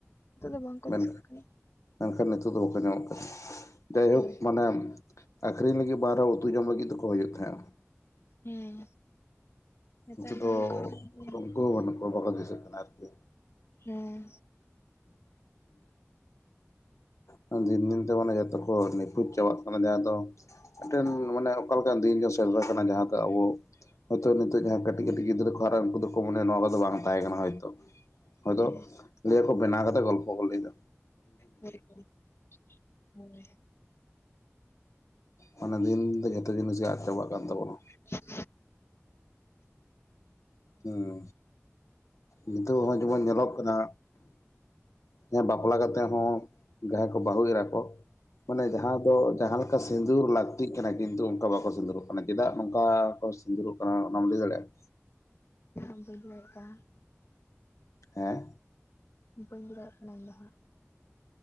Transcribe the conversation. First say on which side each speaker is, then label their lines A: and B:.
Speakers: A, on the left (about 60°); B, on the left (about 85°).
A: ᱱᱤᱛᱚᱜ ᱫᱚ ᱵᱟᱝᱠᱚ
B: ᱢᱮᱱ
A: ᱫᱤᱥᱟᱹᱜ ᱠᱟᱱᱟ
B: ᱢᱮᱱᱠᱷᱟᱱ ᱱᱤᱛᱳᱜ ᱫᱚ ᱵᱟᱠᱚ ᱧᱟᱢᱚᱜ ᱠᱟᱱᱟ᱾ ᱡᱟᱭᱦᱳᱠ
A: ᱦᱳᱭ ᱦᱳᱭ
B: ᱢᱟᱱᱮ ᱟᱠᱷᱨᱤᱧ ᱞᱟᱹᱜᱤᱫ ᱵᱟᱝ ᱨᱦᱚᱸ ᱩᱛᱩ ᱡᱚᱢ ᱞᱟᱹᱜᱤᱫ ᱫᱚᱠᱚ ᱦᱩᱭᱩᱜ ᱛᱟᱦᱮᱸᱜᱼᱟ᱾
A: ᱦᱮᱸ ᱱᱮᱛᱟᱨ
B: ᱱᱤᱛᱚᱜ
A: ᱢᱟ
B: ᱫᱚ
A: ᱚᱱᱠᱟ ᱦᱚᱸ ᱵᱟᱝ ᱧᱟᱢᱚᱜ
B: ᱩᱱᱠᱩ
A: ᱠᱟᱱᱟ᱾
B: ᱦᱚᱸ ᱵᱟᱹᱱᱩᱜ ᱵᱟᱠᱚ ᱫᱤᱥᱟᱹᱜ ᱠᱟᱱᱟ ᱟᱨᱠᱤ᱾
A: ᱦᱮᱸ᱾
B: ᱦᱩᱸ᱾ ᱫᱤᱱ ᱫᱤᱱ ᱛᱮ ᱢᱟᱱᱮ ᱡᱚᱛᱚ ᱠᱚ ᱱᱤᱠᱷᱳᱡ ᱪᱟᱵᱟᱜ ᱠᱟᱱᱟ᱾ ᱡᱟᱦᱟᱸ ᱫᱚ ᱢᱤᱫᱴᱮᱱ ᱢᱟᱱᱮ ᱚᱠᱟ ᱞᱮᱠᱟᱱ ᱫᱤᱱ ᱡᱮ ᱥᱮᱴᱮᱨ ᱠᱟᱱᱟ ᱡᱟᱦᱟᱸ ᱫᱚ ᱟᱵᱚ ᱦᱳᱭᱛᱳ ᱱᱤᱛᱚᱜ ᱡᱟᱦᱟᱸ ᱠᱟᱹᱴᱤᱡ ᱠᱟᱹᱴᱤᱡ ᱜᱤᱫᱽᱨᱟᱹ ᱠᱚ ᱦᱟᱨᱟᱜᱟᱼᱟ ᱩᱱᱠᱩ ᱫᱚᱠᱚ ᱢᱚᱱᱮᱭᱟ ᱱᱚᱣᱟ ᱠᱚᱫᱚ ᱵᱟᱝ ᱛᱟᱦᱮᱸ ᱠᱟᱱᱟ ᱦᱚᱭᱛᱳ᱾ ᱦᱚᱭᱛᱳ
A: ᱦᱮᱸ
B: ᱞᱟᱹᱭᱟ ᱠᱚ ᱵᱮᱱᱟᱣ ᱠᱟᱛᱮᱫ ᱜᱚᱞᱯᱷᱚ ᱠᱚ ᱞᱟᱹᱭ ᱫᱟ᱾
A: ᱦᱳᱭ ᱦᱳᱭ, ᱦᱳᱭ᱾
B: ᱢᱟᱱᱮ ᱫᱤᱱ ᱫᱚ ᱡᱷᱚᱛᱚ ᱡᱤᱱᱤᱥ ᱜᱮ ᱟᱫ ᱪᱟᱵᱟᱜ ᱠᱟᱱ ᱛᱟᱵᱚᱱᱟ᱾
A: <inaudible>
B: ᱦᱮᱸ᱾ ᱱᱤᱛᱚᱜ ᱦᱚᱸᱜ-ᱚᱭ ᱡᱮᱢᱚᱱ ᱧᱮᱞᱚᱜ ᱠᱟᱱᱟ ᱡᱟᱦᱟᱭ ᱵᱟᱯᱞᱟ ᱠᱟᱛᱮ ᱦᱚᱸ ᱡᱟᱦᱟᱸᱭ ᱠᱚ ᱵᱟᱹᱦᱩ ᱮᱨᱟ ᱠᱚ ᱢᱟᱱᱮ ᱡᱟᱦᱟᱸ ᱫᱚ ᱡᱟᱦᱟᱸ ᱞᱮᱠᱟ ᱥᱤᱸᱫᱩᱨ ᱞᱟᱹᱠᱛᱤᱜ ᱠᱟᱱᱟ ᱠᱤᱱᱛᱩ ᱚᱱᱠᱟ ᱵᱟᱠᱚ ᱥᱤᱸᱫᱩᱨᱚᱜ ᱠᱟᱱᱟ ᱪᱮᱫᱟᱜ ᱱᱚᱝᱠᱟ ᱠᱚ ᱥᱤᱸᱫᱩᱨᱚᱜ ᱠᱟᱱᱟ ᱚᱱᱟᱢ ᱞᱟᱹᱭ ᱫᱟᱲᱮᱭᱟᱜᱼᱟ?
A: ᱵᱟᱹᱧ ᱞᱮᱭ ᱫᱟᱲᱮᱜ ᱠᱟᱱ᱾
B: ᱦᱮᱸ᱾
A: ᱵᱟᱹᱧ ᱞᱟᱹᱭ ᱫᱟᱲᱮᱜ ᱠᱟᱱᱟ ᱤᱧ ᱫᱚ ᱦᱟᱸᱜ᱾